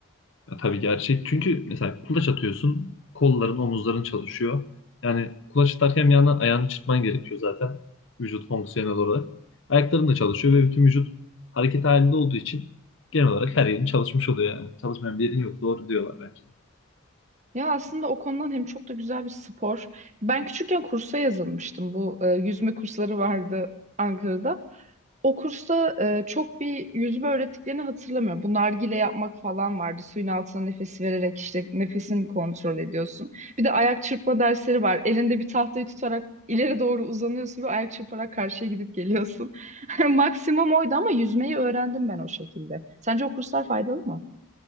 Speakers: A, on the left (about 60°); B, on the right (about 35°).
A: Ya tabii gerçek. Çünkü mesela kulaç atıyorsun, kolların, omuzların çalışıyor. Yani kulaç atarken yana ayağını çırpman gerekiyor zaten vücut fonksiyonel olarak. Ayakların da çalışıyor ve bütün vücut hareket halinde olduğu için genel olarak her yerin çalışmış oluyor yani. Çalışmayan bir yerin yok. Doğru diyorlar bence.
B: Ya aslında o konudan hem çok da güzel bir spor. Ben küçükken kursa yazılmıştım. Bu e, yüzme kursları vardı Ankara'da. O kursta e, çok bir yüzme öğrettiklerini hatırlamıyorum. Bu nargile yapmak falan vardı. Suyun altına nefesi vererek işte nefesini kontrol ediyorsun. Bir de ayak çırpma dersleri var. Elinde bir tahtayı tutarak ileri doğru uzanıyorsun ve ayak çırparak karşıya gidip geliyorsun. <laughs> Maksimum oydu ama yüzmeyi öğrendim ben o şekilde. Sence o kurslar faydalı mı?